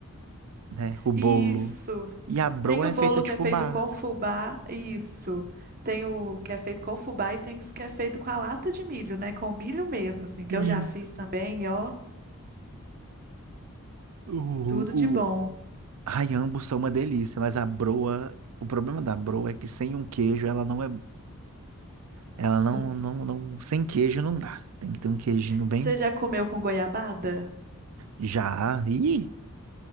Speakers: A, on the right; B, on the right.
A: né? O bolo.
B: Isso.
A: E a broa
B: Tem o
A: é
B: bolo
A: feita de
B: que
A: fubá.
B: é feito com fubá, isso. Tem o que é feito com fubá e tem o que é feito com a lata de milho, né? Com milho mesmo, assim, que
A: E
B: eu já fiz também, e ó,
A: o,
B: tudo de bom.
A: o, Ai, ambos são uma delícia, mas a broa, o problema da broa é que sem um queijo ela não é, ela não,
B: Com-
A: não, não, sem queijo não dá. Tem que ter um queijinho bem
B: Você já comeu com goiabada?
A: já. Ih,